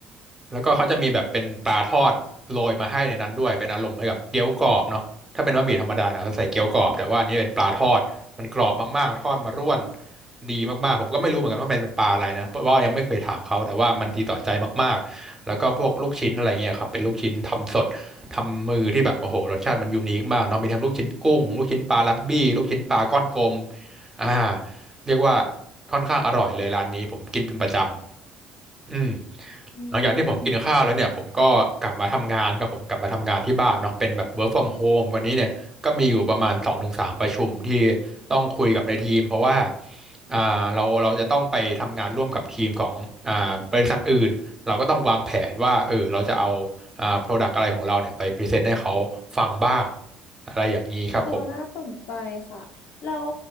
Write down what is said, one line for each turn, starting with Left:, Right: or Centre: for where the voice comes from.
Right: แล้วก็เขาจะมีแบบเป็นปลาทอดโรยมาให้ในนั้นด้วยเป็นอารมณ์เหมือนกับเกี๊ยวกรอบเนาะถ้าเป็นบะหมี่ธรรมดาเนี่ยเขาใส่เกี๊ยวกรอบแต่ว่าอันนี้เป็นปลาทอดมันกรอบมากๆทอดมาร่วน
Left: อืม
Right: ดีมากๆผมก็ไม่รู้เหมือนกันว่ามันเป็นปลาอะไรนะเพราะว่ายังไม่เคยถามเขาแต่ว่ามันดีต่อใจมากๆแล้วก็พวกลูกชิ้นอะไรเงี้ยครับเป็นลูกชิ้นทำสดทำมือที่แบบโอ้โหรสชาติมันยูนิคมากเนาะมีทั้งลูกชิ้นกุ้งลูกชิ้นปลารักบี้ลูกชิ้นปลาก้อนกลมอ่าเรียกว่าค่อนข้างอร่อยเลยร้านนี้ผมกินเป็นประจำ อืม
Left: อื
Right: หลังจากที่ผมกินข้าวแล้วเนี่ยผมก็กลับมาทำงานครับผมกลับมาทำงานที่บ้านเนาะเป็นแบบ
Left: ม
Right: work from home วันนี้เนี่ยก็มีอยู่ประมาณสองถึงสามประชุมที่ต้องคุยกับในทีมเพราะว่าอ่าเราเราจะต้องไปทำงานร่วมกับทีมของอ่าบริษัทอื่นเราก็ต้องวางแผนว่าเออเราจะเอาอ่า product อะไรของเราเนี่ยไปพรีเซนต์ให้เขาฟังบ้าง อะไรอย่างนี้ครับผม
Left: เออน่าสนใจค่ะแล้ว